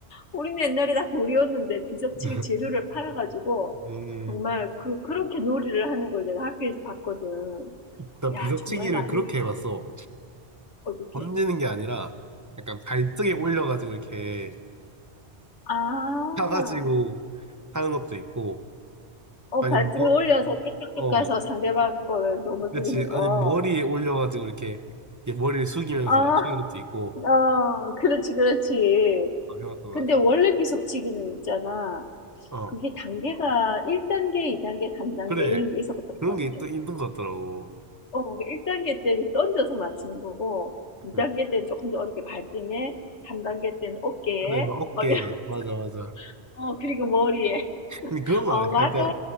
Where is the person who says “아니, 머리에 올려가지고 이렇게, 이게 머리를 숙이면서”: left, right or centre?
Right